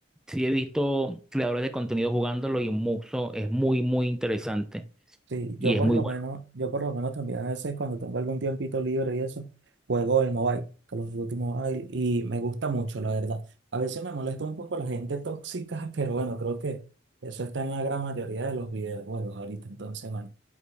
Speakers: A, in the centre; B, on the right (about 65°).
A: sí he visto creadores de contenido jugándolo y mucho, es muy, muy interesante
B: Sí,
A: y
B: yo por
A: es muy
B: lo
A: bueno.
B: menos, yo por lo menos también a veces cuando tengo algún tiempito libre y eso, juego el mobile, Call of Duty Mobile, y me gusta mucho, la verdad. A veces me molesta un poco la gente tóxica, <laughs> pero bueno, creo que eso está en la gran mayoría de los videojuegos ahorita, entonces bueno,